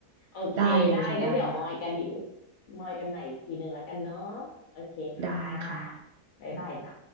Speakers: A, on the left; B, on the right.
A: โอเค
B: ได้เลยค่ะได้เลยค่ะ
A: ได้งั้นเดี๋ยวมอยกันอีกมอยกันใหม่อีกทีหนึ่งแล้วกันเนาะโอเคค่ะบ๊ายบายจ้ะ
B: ได้ค่ะ